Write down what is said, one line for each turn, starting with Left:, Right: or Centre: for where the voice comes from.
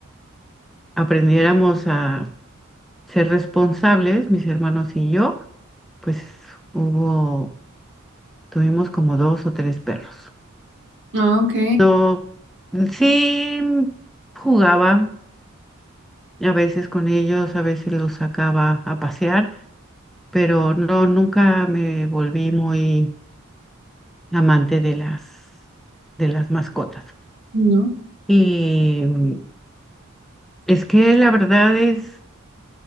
Centre: aprendiéramos a ser responsables, mis hermanos y yo, pues hubo, tuvimos como dos o tres perros.
Right: Ah, ok.
Centre: No, sí jugaba a veces con ellos, a veces los sacaba a pasear, pero no, nunca me volví muy amante de las, de las mascotas.
Right: No,
Centre: Y mm, es que la verdad es,